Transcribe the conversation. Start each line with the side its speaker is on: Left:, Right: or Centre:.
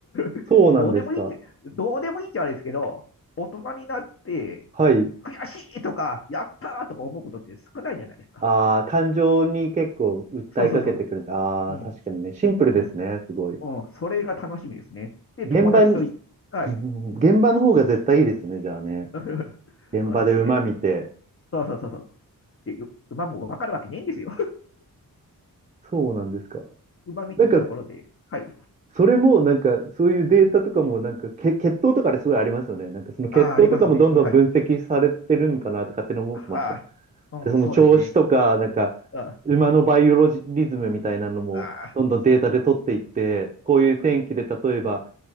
Left: <laughs>
Right: そうなんですか。
Left: どうでもいいって、どうでもいいってあれですけど、大人になって、
Right: はい。
Left: 悔しいとか、やったーとか思うことって少ないじゃないですか。
Right: ああ、感情に結構訴えかけてくるんだ。
Left: そうそうそう。うん、
Right: ああ、確かにね。シンプルですね。
Left: うん、
Right: すごい。
Left: うん、それが楽しみですね。で、
Right: 現場に、
Left: 友達とい、
Right: <laughs>
Left: はい。
Right: うん現場の方が絶対いいですね。じゃあね。
Left: <laughs>
Right: 現場で馬見て。
Left: そうですね。そうそうそうそう。で、う馬もわかるわけねえんですよ。
Right: そうなんですか。
Left: <laughs> 馬見てたところで、
Right: なんか、
Left: はい。
Right: それも、なんか、そういうデータとかも、なんか、け、血統とかですごいありますよね。なんか、その血統とかもどんどん分析されてるんかなって勝手に思ってました。
Left: ああ、ありますね。はい。はい。うん、
Right: で、その調子とか、
Left: そうですね。
Right: なんか、
Left: あ
Right: 馬のバイオロジリズムみたいなのも、
Left: ああ、
Right: どんどんデータで取っていって、こういう天気で、
Left: そう、
Right: 例えば、